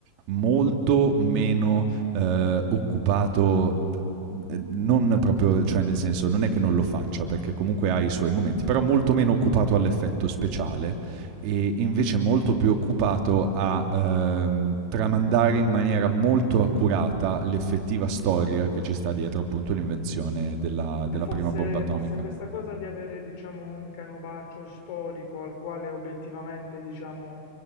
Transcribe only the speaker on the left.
E forse,
forse questa cosa di avere, diciamo, un canovaccio storico al quale obiettivamente, diciamo,